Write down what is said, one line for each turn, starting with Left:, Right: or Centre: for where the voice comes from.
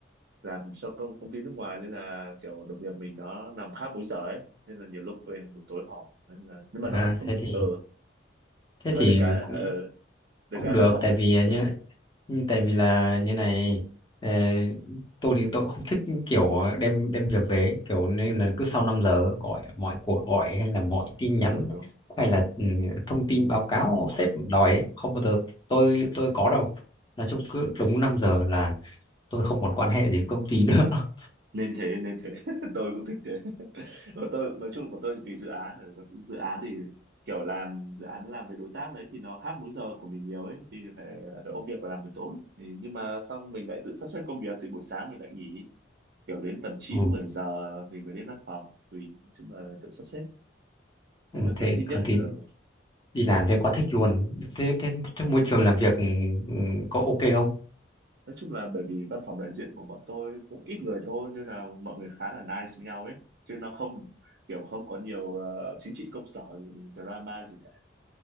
Right: làm cho công công ty nước ngoài nên là kiểu đồng nghiệp mình nó nằm khác múi giờ ấy nên là nhiều lúc về buổi tối họp nên là nhưng mà
Left: à,
Right: nó cũng không
Left: thế thì
Right: ờ
Left: thế
Right: nhưng
Left: thì
Right: mà được cái là
Left: cũng
Right: ờ được
Left: cũng
Right: cái
Left: được
Right: là nó họp
Left: tại
Right: buổi
Left: vì
Right: ờ
Left: nhá Ừ, tại vì là như này ờ, tôi thì tôi cũng không thích kiểu đem đem việc về ấy, kiểu nên là cứ sau năm giờ gọi mọi cuộc gọi hay là mọi tin nhắn
Right: ờ đúng
Left: hay là ừ, thông tin báo cáo sếp đòi ấy, không bao giờ tôi tôi có đâu nói chung cứ đúng 5 giờ là tôi không còn quan hệ gì với công ty nữa <laughs>
Right: nên thế nên thế <laughs> tôi cũng thích thế còn tôi nói chung là của tôi thì tùy dự án rồi còn dự án thì kiểu làm dự án làm với đối tác đấy thì nó khác múi giờ của mình nhiều ấy thì phải là phải ôm việc và làm buổi tối thì, nhưng mà xong mình lại tự sắp xếp công việc thì buổi sáng mình lại nghỉ kiểu đến tầm chín
Left: ừ.
Right: 10 giờ thì mới đến văn phòng tùy nói chung là tự sắp xếp
Left: ừ,
Right: đấy là
Left: thế
Right: cái thích
Left: công
Right: nhất
Left: ty
Right: ở
Left: đi làm thế quá thích luôn thế thế, thế môi trường làm việc ừ, ừ, có ok không
Right: nói chung là bởi vì văn phòng đại diện của bọn tôi cũng ít người thôi nên là mọi người khá là nice với nhau ấy chứ nó không kiểu không có nhiều ờ, chính trị công sở drama gì cả